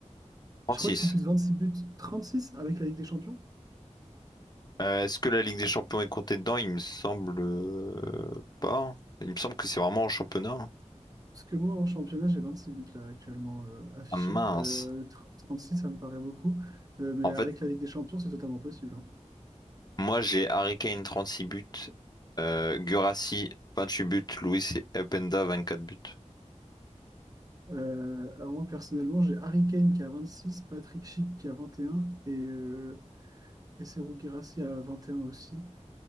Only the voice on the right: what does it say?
Je crois que c'est plus 26 buts, 36 avec la Ligue des Champions.
Parce que moi, en championnat, j'ai 26 buts là actuellement euh, affichés.
Euh, tr- 36, ça me paraît beaucoup. Euh, mais
avec
la Ligue des Champions, c'est totalement possible. hein.
Euh, alors moi, personnellement, j'ai Harry Kane qui a 26, Patrick Schick qui a vingt et, un et, euh, et Serhou Guirassy à 21 aussi.